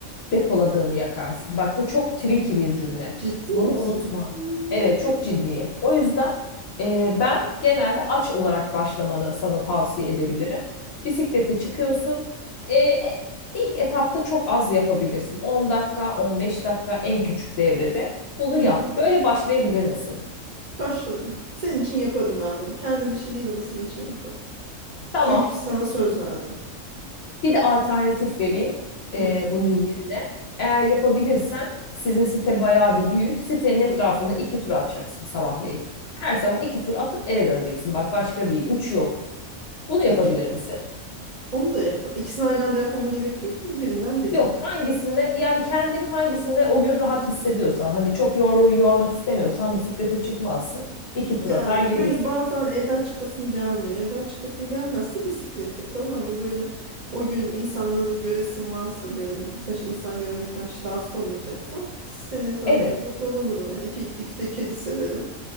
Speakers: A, on the left; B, on the right.
A: depoladığını yakarsın. Bak bu çok tricky bir cümle.
B: Ciddi
A: Bunu
B: misin?
A: unutma.
B: Hmm.
A: Evet çok ciddiyim. O yüzden e, ben genelde aç olarak başlamanı sana tavsiye edebilirim. Bisiklete çıkıyorsun. E, e, ilk etapta çok az yapabilirsin. 10 dakika, 15 dakika en küçük devrede. Bunu
B: Hı
A: yap.
B: hı.
A: Böyle başlayabilir misin?
B: Başladım. Senin için yaparım ben bunu. Kendim için değil ama senin için yaparım.
A: Tamam.
B: Çünkü sana söz verdim.
A: Bir de alternatif vereyim e,
B: Hı.
A: bunun yerine. Eğer yapabilirsen sizin site bayağı bir büyük. Sitenin etrafında
B: Hı.
A: iki tur atacaksın sabahleyin. Her sabah iki tur atıp eve döneceksin. Bak başka değil. Üç yok. Bunu yapabilir
B: İki.
A: misin?
B: Onu da yap. İkisini aynı anda yapmama gerek yok değil mi? Birinden birini.
A: Yok. Hangisinde yani kendini hangisinde o gün rahat hissediyorsan hani çok yor, yormak istemiyorsan bisiklete çıkmazsın. İki tur
B: Yani
A: atar gelirsin.
B: böyle bazen evden çıkasım gelmiyor. Evden çıkasım gelmezse bisiklet yaparım ama böyle o gün insanları göresim varsa böyle birkaç insan görmekten şi- rahatsız olmayacaksam sitenin etrafımızda
A: Evet.
B: dolanırım yani. İki, iki de kedi severim.